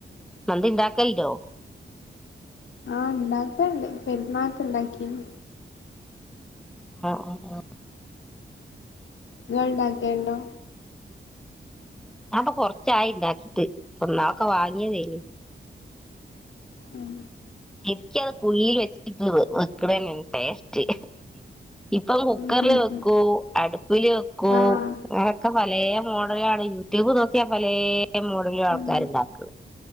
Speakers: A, in the centre; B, on the left.
A: മന്തി ഇണ്ടാക്കൽ ഇണ്ടോ?
B: ആഹ് ഇണ്ടാക്കണ്ട് പെരുന്നാക്ക് ഇണ്ടാക്കിനിം
A: ആഹ് ആ ആ
B: ഇങ്ങള് ഇണ്ടാക്കെൽണ്ടോ?
A: ഞാപ്പൊ കൊറച്ചായി ഇണ്ടാക്കിറ്റ് ഇപ്പൊ ഇന്നാളൊക്കെ വാങ്ങിയതേയ്നി
B: ഉം
A: <unintelligible> ടെസ്റ്റ് ഇപ്പ അത് കുക്കർല്
B: ഉം
A: വെക്കൂ
B: ഉം
A: അട് പ്പില് വെക്കൂ
B: ആഹ്
A: അങ്ങനോക്കെ പലെ മോഡലാണ് യൂട്യൂബ് നോക്കിയാ പലെ ലെ മോഡല് ആൾക്കാര്
B: ഉം
A: ഇണ്ടാക്കുന്ന്